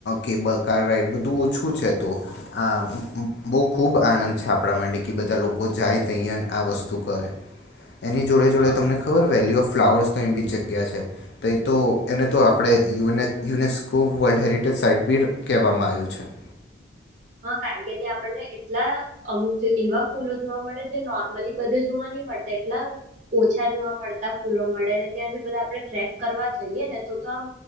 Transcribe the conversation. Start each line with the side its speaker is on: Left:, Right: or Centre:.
Left: કેબલ કાર રાઈડ બધું ઓછું છે તો આ બહુ ખૂબ આનંદ છે આપણા માટે કે બધા લોકો જાય તહીંયા ને આ વસ્તુ કરે. એની જોડે જોડે
Right: હા
Left: તમને ખબર વેલ્યુ ઓફ ફ્લાવર્સ નો એમ બી જ જગ્યા છે તેંય તો એને તો આપણે યુનેક યુનેસ્કો વર્લ્ડ હેરિટેજ સાઈટ બી કહેવામાં આયું છે.
Right: હા કારણ કે ત્યાં આપણને એટલા અમુક જે એવા ફૂલો જોવા મળે જે નોર્મલી બધે જોવા નહીં મળતે, એટલા ઓછા જોવા મળતા ફૂલો મળે, ને ત્યાં જે બધા આપણે ટ્રેક કરવા જઈએ ને તો તો આમ